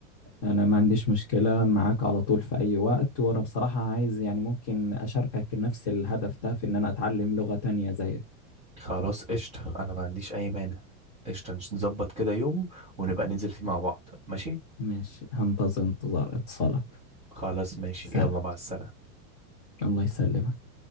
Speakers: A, on the left; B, on the right.
A: انا ما عنديش مشكلة معاك على طول في اي وقت وانا بصراحة عايز يعني ممكن اشاركك نفس الهدف ده في ان انا اتعلم لغة تانية زيك
B: خلاص قشطة أنا ما عنديش أي مانع قشطة نظبط كده يوم ونبقى ننزل فيه مع بعض ماشي
A: ماشي هنتظر انتظار اتصالك
B: خلاص ماشي
A: سلام
B: يلا مع السلامة
A: الله يسلمك